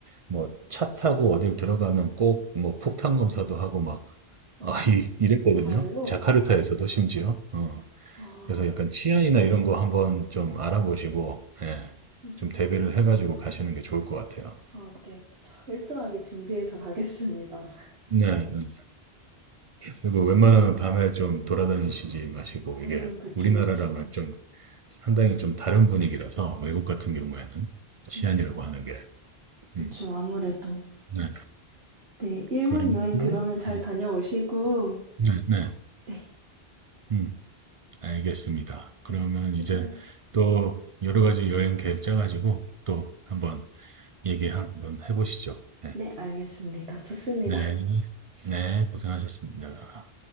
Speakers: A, on the right; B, on the right.
A: 뭐 차 타고 어딜 들어가면 꼭 뭐 폭탄 검사도 하고 막
B: 아,
A: 아, 이, 이랬거든요.
B: 정말요?
A: 자카르타에서도 심지어. 어,
B: 아,
A: 그래서 약간 치안이나 이런 거 한번 좀 알아보시고 예,
B: 음.
A: 좀 대비를 해가지고 가시는 게 좋을 것 같아요.
B: 아, 네. 참 철저하게 준비해서 가겠습니다.
A: 네. 네. 그리고 웬만하면 밤에 좀 돌아다니시지 마시고
B: 음,
A: 이게
B: 그쵸,
A: 우리나라랑은
B: 그쵸.
A: 좀 상당히 좀 다른 분위기라서 외국 같은 경우에는 치안이라고
B: 음,
A: 하는 게
B: 그쵸,
A: 음,
B: 아무래도.
A: 네.
B: 네, 일본
A: 그리고
B: 여행 그러면 잘
A: 음,
B: 다녀오시고,
A: 네, 네,
B: 네,
A: 음, 알겠습니다. 그러면
B: 네, 수고하세요.
A: 이제 또 여러 가지 여행 계획 짜가지고 또 한번 얘기 한번 해보시죠. 네,
B: 네, 알겠습니다. 좋습니다.
A: 네, 네, 고생하셨습니다.